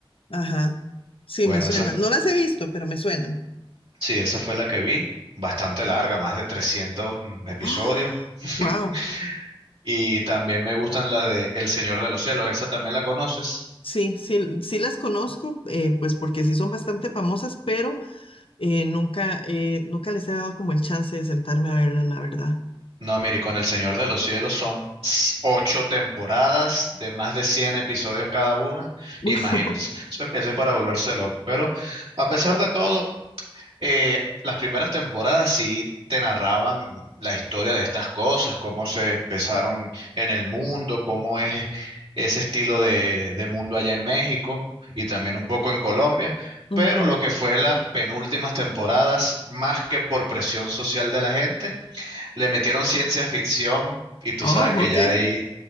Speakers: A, on the left; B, on the right.
A: ajá, sí,
B: Bueno,
A: me suenan.
B: esa,
A: No las he visto, pero me suenan.
B: sí, esa fue la que vi, bastante larga, más de 300 episodios.
A: ¡Ah!
B: <laughs>
A: Wow.
B: Y también me gustan la de El Señor de los Cielos, esa también la conoces.
A: Sí, sí, sí las conozco, eh, pues porque sí son bastante famosas, pero eh, nunca, eh, nunca les he dado como el chance de sentarme a verlas, la verdad.
B: No, mire, y con El Señor de los Cielos son s- ocho temporadas de más de 100 episodios cada una.
A: <laughs> Ujú,
B: Imagínate, eso, eso es para volverse loco. Pero a pesar de todo, eh, las primeras temporadas sí te narraban la historia de estas cosas, cómo se empezaron en el mundo, cómo es ese estilo de, de mundo allá en México y también un poco en Colombia.
A: ujú.
B: Pero lo que fue las penúltimas temporadas, más que por presión social de la gente, le metieron ciencia ficción y tú
A: Oh,
B: sabes que
A: ok.
B: ya ahí,